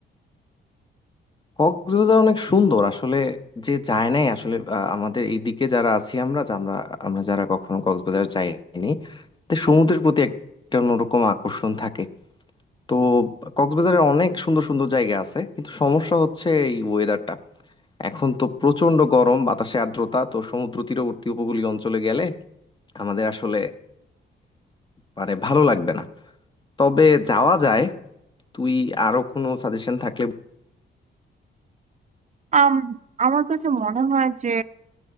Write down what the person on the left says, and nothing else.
কক্সবাজার অনেক সুন্দর আসলে যে যায় নাই আসলে আহ, আমাদের এই দিকে যারা আছি আমরা যা- আমরা আমরা যারা কখনো কক্সবাজার যাইনি তো সমুদ্রের প্রতি একটা অন্যরকম আকর্ষণ থাকে তো কক্সবাজারে অনেক সুন্দর সুন্দর জায়গা আছে কিন্তু সমস্যা হচ্ছে এই ওয়েদারটা এখন তো প্রচন্ড গরম বাতাসে আর্দ্রতা তো সমুদ্র তীরবর্তী উপকূলীয় অঞ্চলে গেলে আমাদের আসলে মানে ভালো লাগবে না তবে যাওয়া যায় তুই আরো কোনো সাজেশন থাকলে